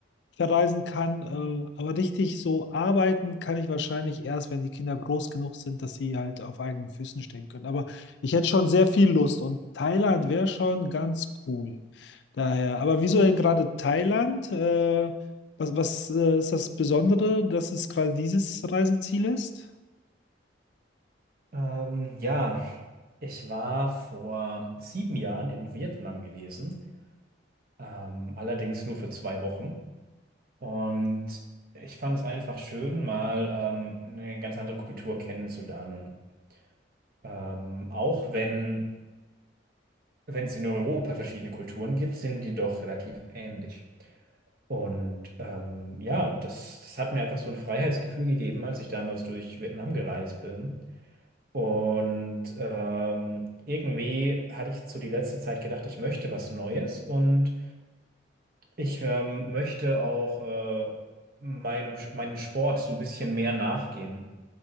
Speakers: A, on the left (about 65°); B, on the right (about 50°).
A: verreisen kann. Äh, aber richtig so arbeiten kann ich wahrscheinlich erst, wenn die Kinder groß genug sind, dass sie halt auf eigenen Füßen stehen können. Aber ich hätte schon sehr viel Lust und Thailand wäre schon ganz cool. Daher, aber wieso denn gerade Thailand? Äh, was was äh, ist das Besondere, dass es gerade dieses Reiseziel ist?
B: Ähm, ja, ich war vor sieben Jahren in Vietnam gewesen, ähm, allerdings nur für zwei Wochen. Und ich fand es einfach schön, mal ähm, eine ganz andere Kultur kennenzulernen. Ähm, auch wenn, wenn es in Europa verschiedene Kulturen gibt, sind die doch relativ ähnlich. Und ähm, ja, das, das hat mir einfach so ein Freiheitsgefühl gegeben, als ich damals durch Vietnam gereist bin. Und ähm, irgendwie hatte ich zu die letzte Zeit gedacht, ich möchte was Neues und ich ähm, möchte auch äh, meinem, meinem Sport so ein bisschen mehr nachgehen.